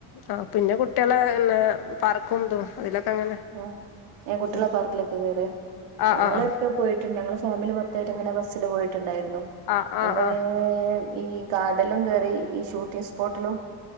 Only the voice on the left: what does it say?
ആ പിന്നെ കുട്ടികളെ ന്നെ പാർക്കും ഇതും അതിലൊക്കെ അങ്ങനെ
ഉം
ആ
ആ ആ
ആ ആ
ആ